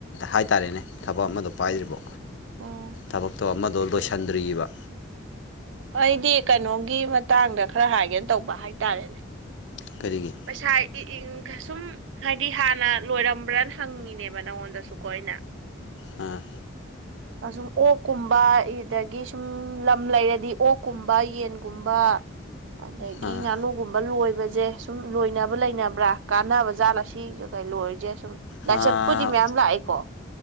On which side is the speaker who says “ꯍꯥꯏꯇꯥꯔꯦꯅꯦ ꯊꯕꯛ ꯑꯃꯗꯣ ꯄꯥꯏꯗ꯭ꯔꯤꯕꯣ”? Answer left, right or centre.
Left